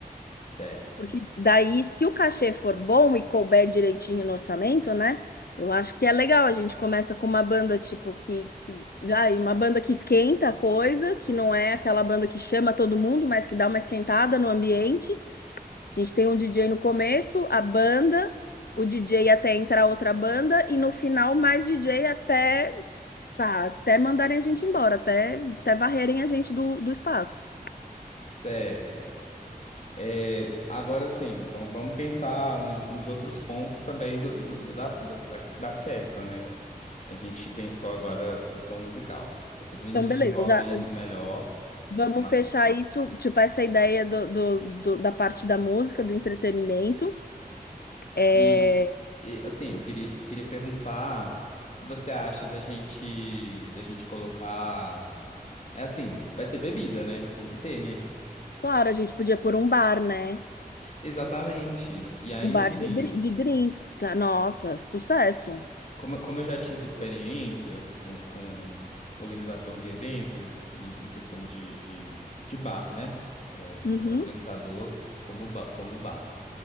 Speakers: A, on the left; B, on the left.
A: Certo.
B: Porque daí, se o cachê for bom e couber direitinho no orçamento, né? Eu acho que é legal. A gente começa com uma banda tipo que, que ai, uma banda que esquenta a coisa, que não é aquela banda que chama todo mundo, mas que dá uma esquentada no ambiente. A gente tem um DJ no começo, a banda, o DJ até entrar outra banda, e no final mais DJ até, pá, até mandarem a gente embora, até, até varrerem a gente do, do espaço.
A: Certo. É, agora sim, vamos, vamos pensar nos, nos outros pontos também do, do- do- da, da, da da festa, né? A gente pensou agora a questão musical. Depois a gente
B: Então,
A: desenvolve
B: beleza, já
A: isso melhor.
B: vamos
A: ma-
B: fechar isso, tipo, essa ideia do, do- do- da parte da música, do entretenimento. É,
A: E E, assim, eu queria, eu queria perguntar o que que você acha da gente, da gente colocar. É assim, vai ter bebida, né? Tem que ter, né?
B: claro, a gente podia pôr um bar, né?
A: Exatamente. E aí,
B: Um bar
A: assim,
B: de, dri- de drinks, cara. Nossa, sucesso.
A: como, eu- como eu já tive experiência com, com organização de evento, em, em questão de, de, de bar, né? É,
B: Uhum,
A: organizador como, ba- como bar.